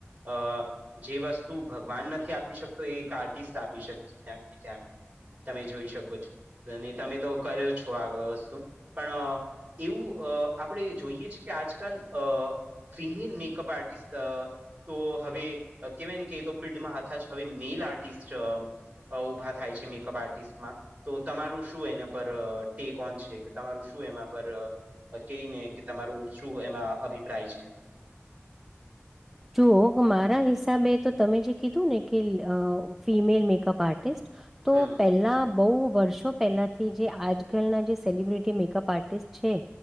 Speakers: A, on the right (about 30°); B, in the centre.
A: અ જે વસ્તુ ભગવાન નથી આપી શકતો એ એક આર્ટિસ્ટ આપી શકે છે. ક્યાંક ક્યાંક તમે જોઈ શકો છો તમે તો કર્યો છો આ વસ્તુ પણ. એવું અ આપણે જોઈએ છેીએ કે આજકાલ અ ફિમેલ મેકઅપ આર્ટિસ્ટ. તો હવે કહેવાય ને કે તો ફિલ્ડમાં હતા જ હવે મેલ આર્ટિસ્ટ. અ ઊભા થાય છે. મેકઅપ આર્ટિસ્ટમાં. તો તમારું શું એના પર ટેક ઓન છે. કે તમારું શું એના પર કે ને કે તમારું શું એમાં અભિપ્રાય છે.
B: જુઓ મારા હિસાબે તો તમે જે કીધું ને કે ફિમેલ મેકઅપ આર્ટ. તો
A: હમ
B: પેલા બહ વર્ષો પહેલા. થી જે આજકાલના જે સેલિબ્રિટી મેકઅપ આર્ટિસ્ટ છે.